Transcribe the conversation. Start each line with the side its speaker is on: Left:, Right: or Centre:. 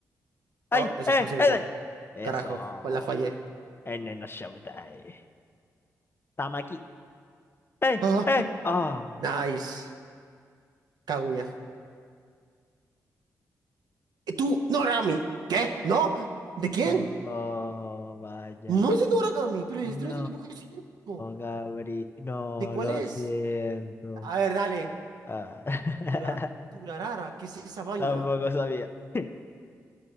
Left: ¡Ay!
Right: Oh, ese
Left: ¡Eh!
Right: es facilito.
Left: ¡Eh! Eso.
Right: Carajo, pues la fallé.
Left: En no Shoutai. Tamaki. ¡Eh!
Right: Ah,
Left: ¡Eh! ¡Ah!
Right: nice. Kaguya. Eh, Tú, Noragami. ¿Qué? ¿No? ¿De quién?
Left: Oh, vaya.
Right: No es de Noragami, pero el
Left: No,
Right: estilo de dibujo es idéntico.
Left: Gabri. No,
Right: ¿De cuál
Left: lo
Right: es?
Left: siento.
Right: A ver, dale.
Left: Ah. <laughs>
Right: Tura, Turarara, ¿qué es esa vaina?
Left: Tampoco sabía. <laughs>